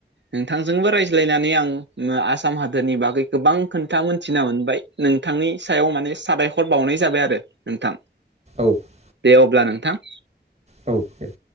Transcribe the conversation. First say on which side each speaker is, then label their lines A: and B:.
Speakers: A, on the right; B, on the right.
A: नोंथांजोंबो रायज्लायनानै आं ओ आसाम हादोरनि बागै गोबां खोन्था मोनथिना मोनबाय। नोंथांनि सायाव माने साबायखर बावनाय जाबाय आरो नोंथां।
B: औ
A: दे अब्ला नोंथां
B: औ दे।